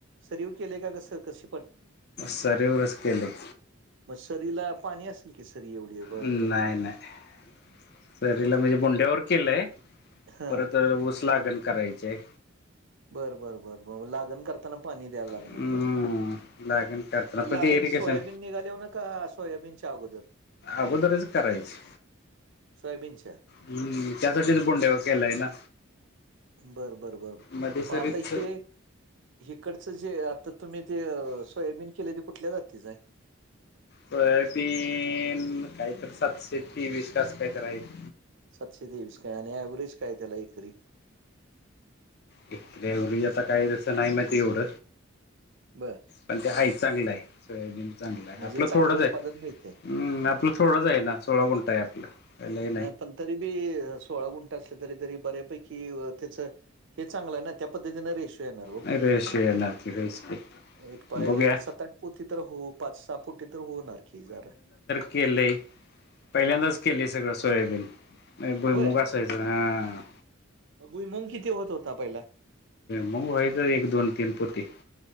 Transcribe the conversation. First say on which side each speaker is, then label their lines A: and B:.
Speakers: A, on the right (about 60°); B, on the left (about 50°).
A: सरीव केलय का कसं कस?
B: सरीवरच केलंय.
A: मग सरीला पाणी असेल की, सरी एवढी व
B: नाही
A: तरी बी.
B: नाही सरीला म्हणजे बोंड्यावर केलंय,
A: हां.
B: परत अ ऊस लागण करायची ए.
A: बरं बरं बरं बर लागन करत ताना पाणी द्यायला लागणार
B: हम्म
A: त्याला,
B: लागण करताना
A: म
B: पण
A: लागण
B: ते इरिगेशन
A: सोयाबीन निघाल्यावर न का सोयबिन च्या अगोदर?
B: आगोदरच करायची.
A: सोयाबीनच्या?
B: हम्म त्यासाठीच बूनडेवा केलाय ना?
A: बर बरं बर,
B: मध्ये सरीच
A: मग आता हे हीकडचं जे आता तुम्ही ते सोयाबीन केलय, ते कुठल्या जातीच हाय?
B: सोयाबिन काय तर सातशे तेवीस आस कायतर हाय ते.
A: सातशे तेवीस काय आणि ऍव्हरेज काय हाय त्याला एकरी?
B: ते एव्हरेज आता काय त्याच काय नाही माहिती एवढ.
A: बरं.
B: पण ते हायित चांगलं हाय. सोयाबीन चांगलं हाय.
A: म्हणजे
B: आपलं
A: चांगलं
B: थोडंच
A: उत्पादन
B: हाय.
A: मिळतंय.
B: उ म आपलं थोडंच आहे ना, सोळा गुंठा आहे आपलं. काय लय
A: नाही पण तरी बी सोळा गुंठ असले, तरी तरी बऱ्यापैकी त्याच हे चांगलं हाय ना? त्या पद्धतीने रेशो येणार ओ.
B: रेष येणार की होयच की
A: एक पाय
B: बघूया
A: व्हय पोती तर होऊ, पाच सहा पोती, तर होणार जरा
B: केलय, पहिल्यांदाच केलय सगळं सोयाबीन. काय भूईमुग
A: होय,
B: असाय चा आ आ?
A: भुईमुंग किथी होत होता पहिला?
B: मूग व्हायचा एक दोन तीन पोती.